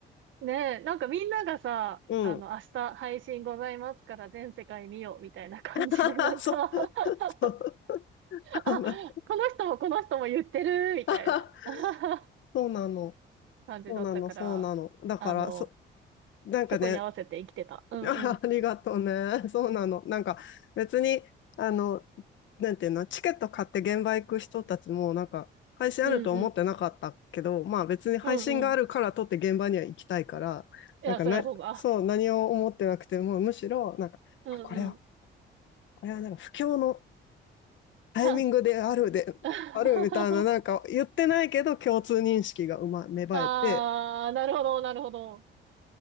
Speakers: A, on the right (about 75°); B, on the left (about 70°).
A: ねえ、なんかみんながさ、
B: うん。
A: あの、明日配信ございますから全世界見ようみたいな感じで、
B: <laughs>
A: なんか
B: そう、
A: <laughs>
B: そう。あの
A: あ、この人もこの人も言ってるみたいな
B: <laughs>
A: <laughs>
B: そうなの。
A: 感じだったから、
B: そうなの。そうなの。だから、
A: あの、
B: そ、なんかね、
A: そこに合わせて生きてた。
B: <laughs>
A: うんうん。
B: あありがとうね。そうなの。なんか別に、あの、なんていうの、チケット買って現場行く人たちもなんか配信あると思ってなかったけど、
A: うんうん。
B: まあ別に配信があるから撮って現場には行きたいから、
A: うんうん。いや、
B: なんかな、
A: そりゃそうだ。
B: そう、何を思ってなくても、むしろ、なんか、
A: うんうん。
B: あ、これは、これはなんか不況のタイミングであるで、
A: チャンス。<laughs>
B: あるみたいな、なんか言ってないけど共通認識がうま、芽生えて
A: ああ、なるほど、なるほど。